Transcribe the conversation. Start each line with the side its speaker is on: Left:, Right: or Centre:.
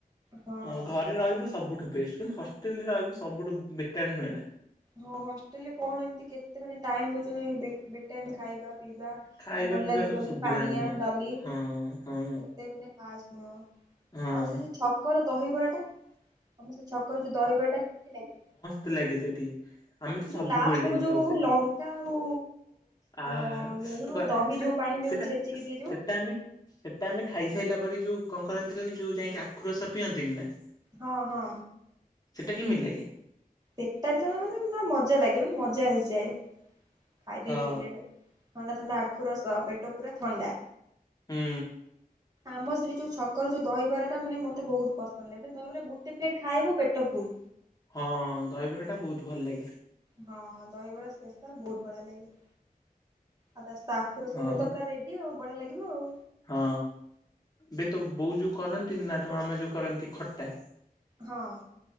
Right: ହଁ
Left: ଆଉ
Right: ହଁ
Left: ଘରେ ରହିବୁ ସବୁଠୁ ବେଷ୍ଟ କିନ୍ତୁ ହଷ୍ଟେଲରେ ରହିବୁ ସବୁଠୁ ବେକାର ନୁହେ ନାଁ।
Right: ହଁ ହଷ୍ଟେଲରେ କଣ ଏମତି କେତେ ମାନେ ଟାଇମ ଦୋଉଚନ୍ତି ବେ ବେଟାଇମ ଖାଇବା। ପିଇବା
Left: ଖାଇବା
Right: ଭଲ
Left: ପିଇବା
Right: ଲାଗିବନି
Left: ସବୁ ସୁବିଧା
Right: ପାଣିଆ
Left: ନୁହଁ
Right: ଡାଲି
Left: ହଁ ହଁ
Right: ଏତେ ମାନେ ଖାସ ନୁହଁ।
Left: ହଁ।
Right: ଆଉ ସେ ଯୋଉ ଛକର ଦହିବରାଟା ତମ ସେ ଛକର ଯୋଉ ଦହିବରାଟା କେମିତି ଲାଗେ।
Left: ତି ଲାଗେ ସେଠି। ଆମେ
Right: ସେ
Left: ତ
Right: ଯୋଉ
Left: ସବୁବୋଳେ
Right: ଲାଷ୍ଟକୁ
Left: ଯାଇଁ
Right: ଯୋଉ
Left: ଖାଉ ସେଠି
Right: ଲଙ୍କା ଆଉ
Left: ଆ
Right: ଅ
Left: ହା ହା ହା
Right: ଲୁଣ
Left: ତୁ କ
Right: ଦହି
Left: ସେଟା
Right: ଯୋଉ ପାଣି ଯୋଉ
Left: ସେଟା
Right: ଛେଚିକି ଦିଏ ଯୋଉ
Left: ସେଟା ଆମେ ସେଟା ଆମେ ଖାଇସାଇଲା ପରେ ଯୋଉ କଁ କରନ୍ତି କହିନି ଯୋଉ ଯାଇକି ଆଖୁରସ ପିଅନ୍ତିନା।
Right: ହଁ ହଁ।
Left: ସେଟା କେମିତି ଲାଗେ।
Right: ସେଟାରେ ତ <unintelligible> ମାନେ ପୁରା ମଜା ଲାଗେ ମାନେ ମଜା ଆସିଯାଏ ଖାଇଦେଇକି
Left: ହଁ
Right: ପିଇଲେ। ଥଣ୍ଡା ଥଣ୍ଡା ଆଖୁ ରସ ପେଟ ପୁରା ଥଣ୍ଡା
Left: ହୁଁ
Right: ଆମ ସେଠି ଯେଉଁ ଛକର ଯେଉଁ ଦହିବରାଟା ମାନେ ମୋତେ ବୋହୁତ ପସନ୍ଦ ଲାଗେ ମାନେ ଦହିବରା ଗୋଟେ ପ୍ଲେଟ ଖାଇବୁ ପେଟ ଫୁଲ।
Left: ହଁ ଦହିବରା ଟା ବୋହୁତ ଭଲ ଲାଗେ।
Right: ହଁ ଦହିବରା ସ୍ପେଶାଲ ବୋହୁତ ବଢିଆ ଲାଗେ। ଆଉ ତା ସହିତ ଆଖୁ ରସ
Left: ହଁ
Right: ହେଲେ ତ ପୁରା ରେଡି ଆଉ ବଢିଆ ଲାଗିବ ଆଉ।
Left: ହଁ ବେ ତୋ ବୋଉ ଯୋଉ କରନ୍ତିନି ନା ତୋ ମାମା ଯୋଉ କରନ୍ତି ଖଟା।
Right: ହଁ।